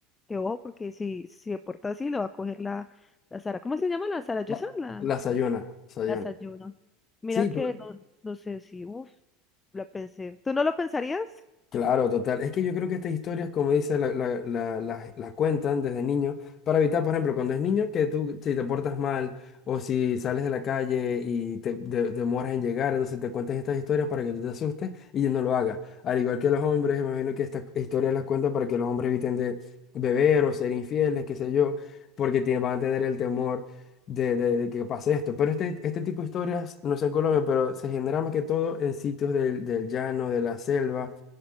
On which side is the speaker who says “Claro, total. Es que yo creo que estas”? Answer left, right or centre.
Left